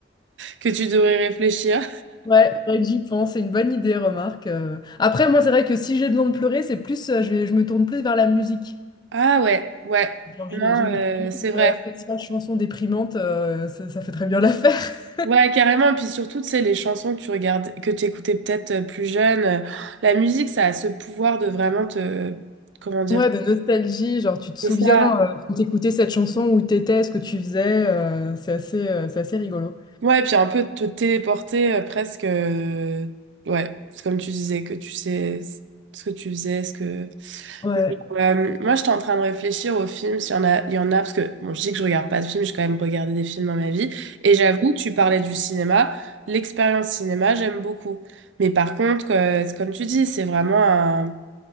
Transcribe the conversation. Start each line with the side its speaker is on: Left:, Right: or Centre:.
Right: que tu devrais réfléchir.
Left: Ouais, faudrait que j'y pense. C'est une bonne idée, remarque. euh. Après, moi, c'est vrai que si j'ai besoin de pleurer, c'est plus, euh, je vais, je me tourne plus vers la musique.
Right: Ah ouais, ouais.
Left: Genre,
Right: Non,
Left: j'ai j'ai une
Right: euh,
Left: playlist
Right: c'est vrai.
Left: euh, spéciale chansons déprimantes, euh, ça, ça fait très bien l'affaire. <laughs>
Right: Ouais, carrément. puis surtout, tu sais, les chansons que tu regardes, que tu écoutais peut-être euh, plus jeune, euh, la musique, ça a ce pouvoir de vraiment te, comment dire,
Left: Ouais, de nostalgie, genre tu te souviens
Right: et ça.
Left: euh, quand t'écoutais cette chanson, où t'étais, ce que tu faisais, euh, c'est assez, euh, c'est assez rigolo.
Right: Ouais, puis un peu te téléporter euh, presque. euh, ouais, c'est comme tu disais, que tu sais c- ce que tu faisais, ce que.
Left: Ouais.
Right: Mais, euh, moi, j'étais en train de réfléchir aux films, s'il y en a, il y en a, parce que bon, je dis que je regarde pas de films, j'ai quand même regardé des films dans ma vie. Et j'avoue, tu parlais du cinéma, l'expérience cinéma, j'aime beaucoup. Mais par contre, euh, c'est comme tu dis, c'est vraiment